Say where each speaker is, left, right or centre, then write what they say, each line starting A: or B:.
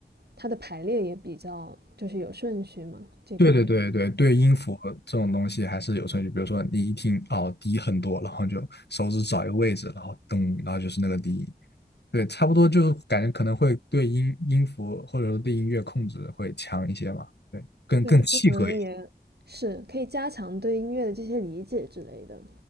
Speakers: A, on the right; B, on the left.
A: 它的排列也比较就是有顺序嘛，这边
B: 对对对对对对，音符这种东西还是有顺序。比如说你一听哦低很多，然后就手指找一个位置，然后咚，然后就是那个低音。对，差不多就感觉可能会对音音符或者说对音乐控制会强一些嘛，对，更更契合一些。
A: 对，就可能也是可以加强对音乐的这些理解之类的。